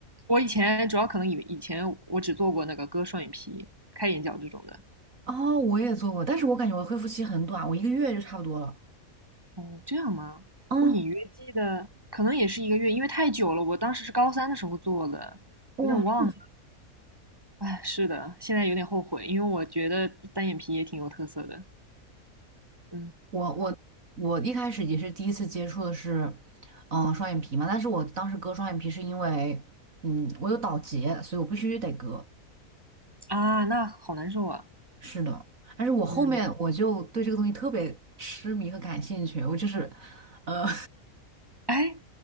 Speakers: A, on the right (about 15°); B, on the right (about 65°).
A: 我以前主要可能以以前我只做过那个割双眼皮、开眼角这种的。
B: 哦，我也做过，但是我感觉我的恢复期很短，我一个月就差不多了。
A: 哦，这样吗？
B: 嗯，
A: 我隐约记得，可能也是一个月，因为太久了。我当时是高三的时候做的，
B: 哇，
A: 有点忘了。
B: <clears throat> 这么
A: 哎，是的，现在有点后悔，因为我觉得单眼皮也挺有特色的。嗯，
B: 我我我一开始也是第一次接触的是，嗯、双眼皮嘛，但是我当时割双眼皮是因为，嗯，我有倒睫，所以我必须得割。
A: 啊，那好难受啊。
B: 是的，但是我后面我就对这个东西特别痴迷和感兴趣，
A: 嗯，
B: 我就是，呃，
A: 哎，